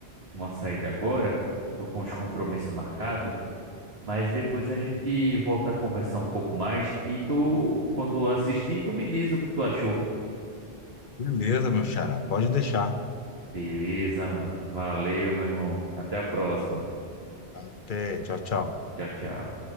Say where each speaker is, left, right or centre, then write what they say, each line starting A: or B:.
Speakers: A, on the right; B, on the left.
A: uma saída agora. Tô com os compromissos marcados. Mas depois a gente volta a conversar um pouco mais. E tu, quando assistir, tu me diz o que tu achou.
B: Beleza, meu xará, pode deixar.
A: Beleza, Alan. Valeu, meu irmão. Até a próxima.
B: Até, tchau, tchau.
A: Tchau, tchau.